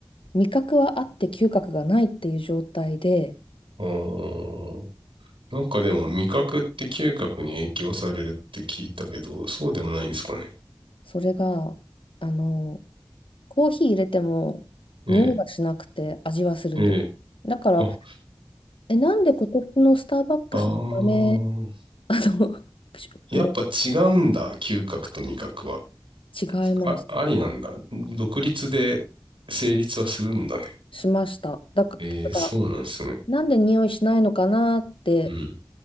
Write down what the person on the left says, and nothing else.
味覚はあって嗅覚がないっていう状態で、
それが、あの、コーヒー入れても匂いがしなくて味はするんです。
だから、
え、なんで今年のスターバックスの豆、
あの、<laughs> しあの、
違います。
しました。だから、
だから
なんで匂いしないのかなって、